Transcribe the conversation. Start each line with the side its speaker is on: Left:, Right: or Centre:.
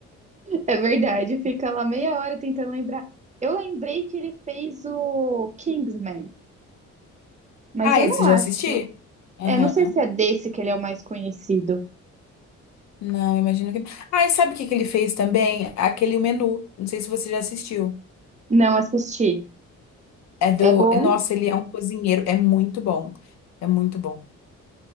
Right: É verdade, fica lá meia hora tentando lembrar. Eu lembrei que ele fez o Kingsman, mas
Left: Ah,
Right: eu
Left: esse
Right: não
Left: eu
Right: acho.
Left: já assisti? Aham.
Right: É, não sei se é desse que ele é o mais conhecido.
Left: Não, imagino que. Ah, e sabe o que que ele fez também? Aquele menu. Não sei se você já assistiu.
Right: Não assisti.
Left: É do.
Right: É bom?
Left: Nossa, ele é um cozinheiro. É muito bom. É muito bom.